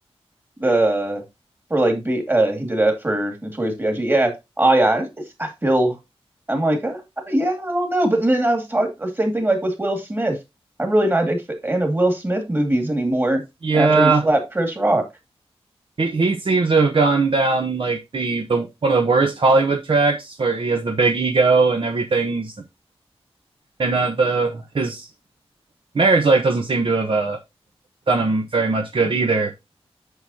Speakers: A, on the right; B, on the right.
A: the for like B uh he did that for Notorious B.I.G. Yeah. Oh yeah. It's, I feel I'm like uh, uh, yeah I don't know. But then I was talking the same thing like with Will Smith. I'm really not a big fan of Will Smith movies anymore
B: yeah.
A: after he slapped Chris Rock.
B: He he seems to have gone down like the the one of the worst Hollywood tracks where he has the big ego and everything's and uh, the his marriage life doesn't seem to have uh, done him very much good either.